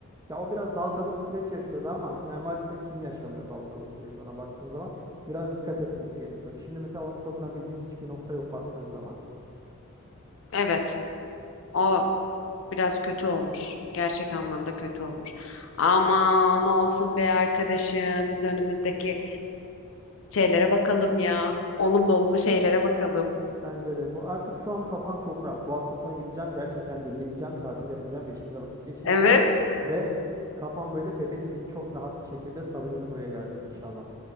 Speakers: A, on the right; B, on the left.
A: Ya o biraz dalgalı bir süreç yaşıyordu ama yani maalesef kim yaşamıyor dalgalı süreci ona baktığın zaman biraz dikkat etmesi gerekiyordu. Şimdi mesela onu savunabileceğim hiçbir nokta yok baktığın zaman.
B: Evet. O Biraz kötü olmuş. Gerçek anlamda kötü olmuş. Aman olsun be arkadaşım. Biz önümüzdeki şeylere bakalım ya. Olumlu olumlu şeylere bakalım.
A: Bence de bu artık şu an kafam çok rahat. Bu hafta sonu gideceğim gerçekten dinleneceğim, tatil yapacağım ve eşimle vakit geçireceğim.
B: Evet.
A: Ve kafam böyle bebek gibi çok rahat bir şekilde salı günü buraya geleceğim inşallah.